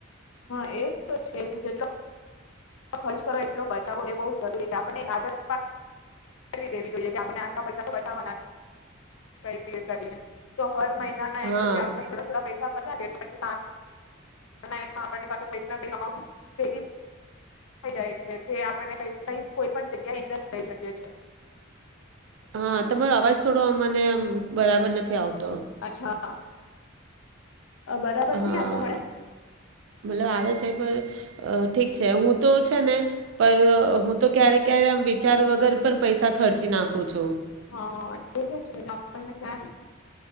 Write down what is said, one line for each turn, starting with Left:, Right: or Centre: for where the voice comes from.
Left: હા એજ તો છે જેટલો ખર્ચ કરો એટલો બચાવો એ બહુ જરૂરી છે આપને એક આદતવી દેવી જોઈએ કે આપણે આખા પૈસા તો બચાવવાના કઈ ભી કરીને તો હર મહિને ના
Right: હા
Left: એમ સુધી આપણે થોડા થોડા <unintelligible> થઈ જાય છે જે આપને ક ક કોઈ પણ જગ્યા ઇન્વેસ્ટ કરી શકીએ છે
Right: હા તમારો અવાજ થોડો મને આમ બરાબર નથી આવતો
Left: અચ્છા બરાબર
Right: હા
Left: નહી આવતો મળે
Right: મતલબ આવે છે પણ અ ઠીક છે હું તો છે ને પર હું તો ક્યારેક ક્યારે આમ વિચાર વગર પણ પૈસા ખર્ચી નાખું છું
Left: હા એ તો છેટલે આપણને ક્યાં